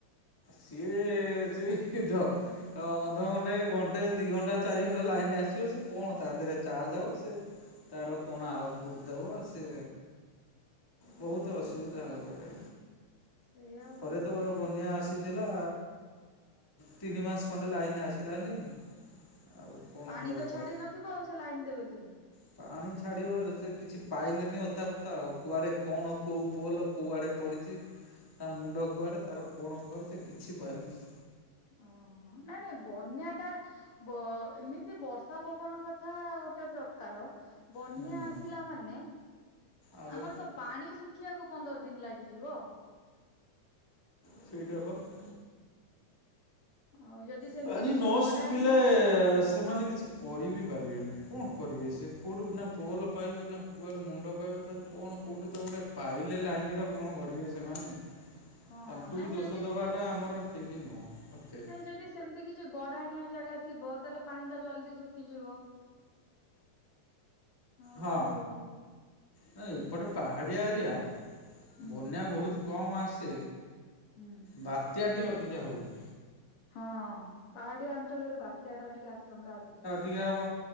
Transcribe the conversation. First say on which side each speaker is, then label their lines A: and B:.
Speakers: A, on the left; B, on the left.
A: ସିଏ ସେଇ ଧ ଅ ଅଧଘଣ୍ଟେ ଘଣ୍ଟେ ଦି ଘଣ୍ଟା ଚାରି ଘଣ୍ଟା ଲାଇନି ଆସିବ ସେ କଣ ତା ଦେହରେ ଚାର୍ଜ ହବ ସେ ତାର କଣ ଆଉଟପୁଟ୍ ଦବ ସେ ବହୁତ
B: ହଁ
A: ଅସୁବିଧା ହପଟେ
B: ସେଇଆ ଆଉ
A: ଥରେ ତ ବନ୍ୟା ଆସି ଥିଲା ତିନି ମାସ ଖଣ୍ଡେ ଲାଇନ ଆସିଲାନି। ଆଉ କଣ
B: ପାଣି
A: କହିବ?
B: ତ ଛାଡି ନଥିବ ଆଉ ସେ ଲାଇନ୍ ଦେବେ କେମିତି।
A: ପାଣି ଛାଡ଼ିବାରୁ ସେ କିଛି ପାଇଲେନି ଅତାପତା ଆଉ କୁଆଡ଼େ କଣ କକଉ ପୋଲ କୁଆଡ଼େ ପଡ଼ିଚି ତା ମୁଣ୍ଡ କୁଆଡ଼େ ତାର କଣ କୁଆଡ଼େ ସେ କିଛି ପାଇଲେ
B: ଓହୋ ନାଇ ନାଇଁ ବନ୍ୟା ଟା ବ ଏମିତି ବର୍ଷା ପବନ କଥା ଗୋଟେ ପ୍ରକାର। ବନ୍ୟା
A: ହୁଁ
B: ଆସିଲା ମାନେ
A: ଆଉ
B: ଆମର ତ ପାଣି ଶୁଖିବାକୁ ପନ୍ଦର ଦିନି ଲାଗିଯିବ।
A: <unintelligible>
B: ଆଉ ଯଦି ସେମିତି
A: ପଣି
B: କିଛି
A: ନ
B: ଗଡାଣିଆ
A: ଶୁଖିଲେ ସେମାନେ କିଛି କରି ବି ପାରିବେନି କଣ କରିବେ ସେ କୋଉଠୁ ନା ପୋଲ ପାଇବେ ନା କୁଆଡୁ ମୁଣ୍ଡ ପାଇବେ ତାର କଣ କୋଉଠୁ ତ ଗୋଟେ ପାଇଲେ ଲାଇନିର କଣ ଘଡ଼ିବେ ସେମାନେ।
B: ହଁ
A: ତାଙ୍କୁ
B: ନାଇଁ
A: ବି ଦୋଷ
B: ଯଦି
A: ଦବାଟା ଆମର ଠିକ ନୁହଁ ଏତେ।
B: ନାଇଁ ଯଦି ସେମିତି କିଛି ଗଡାଣିଆ ଜାଗା ଥିବ ତାହେଲେ ପାଣି ଟା ଜଲଦି ଶୁଖିଯିବ। ହ
A: ହଁ।
B: ହ
A: ନା ଏପଟେ ପାହାଡ଼ିଆ ଏରିଆ
B: ହୁଁ
A: ବନ୍ୟା
B: ହୁଁ
A: ବହୁତ କମ୍ ଆସେ।
B: ହୁଁ।
A: ବାତ୍ୟାଟି ଅଧିକା ହୁଏ।
B: ହଁ ପାହାଡିଆ ଅଞ୍ଚଳର ବାତ୍ୟା ଟା ଟିକେ ଆଶଙ୍କା ଅଧିକ।
A: ଠିକା ହେବ